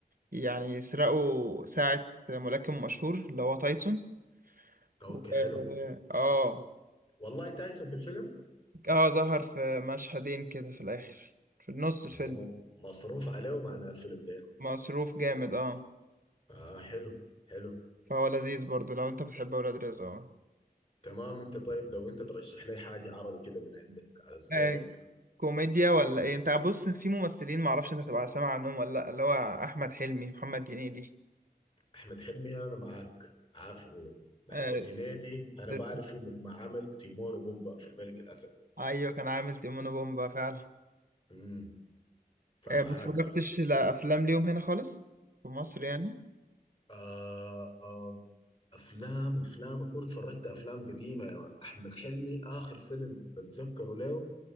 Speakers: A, on the right; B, on the left.
A: يعني يسرقوا ساعة ملاكم مشهور اللي هو تايسون
B: اوكي
A: و...
B: حلو
A: اه
B: والله تايسون في الفيلم
A: اه ظهر في مشهدين كده في الاخر في النص الفيلم
B: هو مصروف عليهم عن الفيلم ده
A: مصروف جامد اه
B: اه حلو حلو
A: فهو لذيذ برضو لو انت بتحب اولاد رزق اه
B: تمام انت طيب لو انت ترشح لي حاجة عربي كده من عندك على ذوقك
A: آه،
B: كده
A: كوميديا ولا ايه انت بص في ممثلين معرفش انت تبقى سامع عنهم ولا لا اللي هو احمد حلمي محمد هنيدي
B: احمد حلمي انا معاك عارفه هو محمد
A: آه
B: هنيدي انا
A: ت-
B: بعرفه مما عمل تيمون وبومبا في الملك الاسد
A: ايوه كان عامل تيمون وبومبا فعلا
B: امم فمعاك
A: آه ما اتفرجتش
B: آه.
A: لافلام ليهم هنا خالص في مصر يعني
B: آه آه، افلام افلام اكون اتفرجت افلام قديمة يا مان. احمد حلمي اخر فيلم بتذكره له